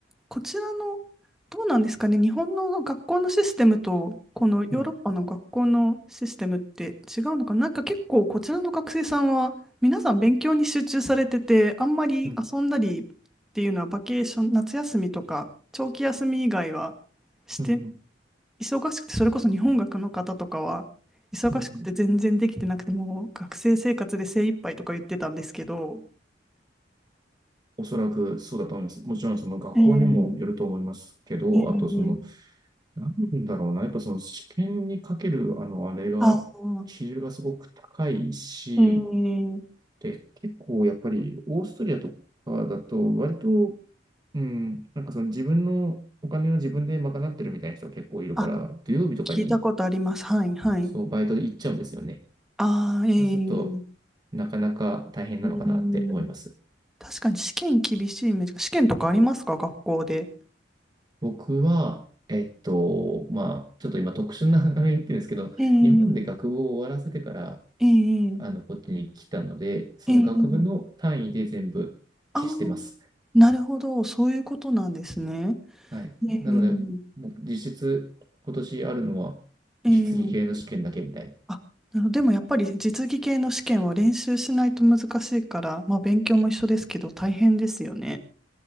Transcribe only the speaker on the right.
うん、
うん、
うん、うん、
うん。
おそらくそうだと思います。もちろんその学校にもよると思いますけど、
あとその、なんだろうな、やっぱその試験にかける、あの、あれが、
比重がすごく高いし、
で、結構やっぱりオーストリアとかだと割と、うん、なんかその自分のお金を自分で賄ってるみたいな人結構いるから、
土曜日とかに
そうバイトで行っちゃうんですよね。
そうすると、なかなか大変なのかなって思います。
僕は、えっと、まあ、ちょっと今特殊な流れに言ってるんですけど、
日本で学部を終わらせてから、
あの、こっちに来たので、その学部の単位で全部消してます。
はい。
なので、もう実質今年あるのは実技系の試験だけみたいな。